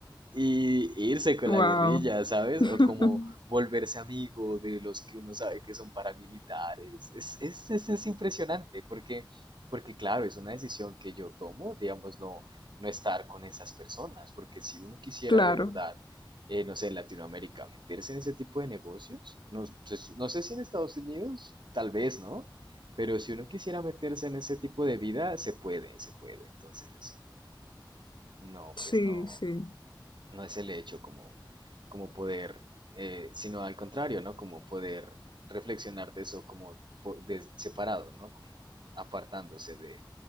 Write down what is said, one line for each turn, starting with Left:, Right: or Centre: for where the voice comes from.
Right: y irse con
Left: Wow.
Right: la guerrilla, ¿sabes?
Left: <laughs>
Right: O como volverse amigo de los que uno sabe que son paramilitares. Es, es, es, es impresionante porque, porque, claro, es una decisión que yo tomo, digamos, no, no estar con esas personas, porque si uno quisiera
Left: Claro.
Right: de verdad, eh, no sé, en Latinoamérica meterse en ese tipo de negocios, no, pues, no sé si en Estados Unidos, tal vez, ¿no? Pero si uno quisiera meterse en ese tipo de vida, se puede, se puede. Entonces, no,
Left: Sí,
Right: pues no
Left: sí.
Right: no es el hecho como, como poder, eh, sino al contrario, ¿no? Como poder reflexionar de eso como po- de- separado, ¿no? Como apartándose de,